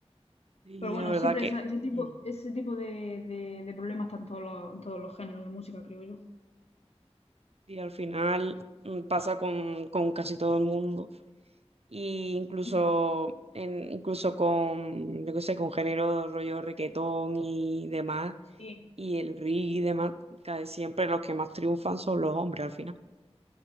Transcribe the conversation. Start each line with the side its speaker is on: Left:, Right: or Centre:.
Right: Y
Left: Pero bueno,
Right: la verdad
Left: siempre
Right: que
Left: esa- ese tipo,
Right: mm,
Left: ese tipo de, de- de problemas está en todos los, en todos los géneros de música, creo yo.
Right: y al final mm, pasa con, con casi todo el mundo. Y incluso,
Left: Mm.
Right: en, incluso con, yo qué sé, con género rollo requetón y demás
Left: Sí,
Right: y el ring y demás, cae siempre los que más triunfan son los hombres al final.